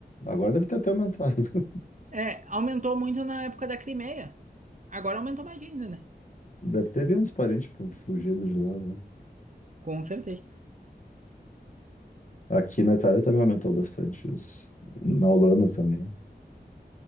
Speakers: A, on the left (about 45°); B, on the right (about 45°).
A: Agora deve ter até aumentado. <laughs>
B: É, aumentou muito na época da Crimeia. Agora aumentou mais ainda, né?
A: Deve ter vindo uns parentes tipo, fugidos de lá, né?
B: Com certeza.
A: Aqui na Itália também aumentou bastante. os- Na Holanda também.